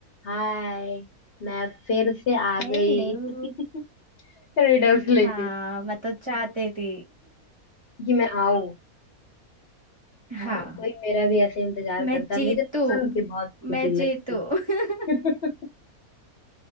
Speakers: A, on the left; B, on the right.
A: हाय मैं फिर से आ
B: Hello
A: गई <laughs> रिडल्स लेके
B: हाँ मैं तो चाहती थी
A: कि मैं आऊं
B: <laughs>
A: हाय
B: हाँ
A: कोई मेरा भी ऐसे इंतजार
B: मैं
A: करता है
B: जीतू
A: मुझे सुन के बहुत खुशी
B: मैं जीतू
A: लगी
B: <laughs>
A: <laughs>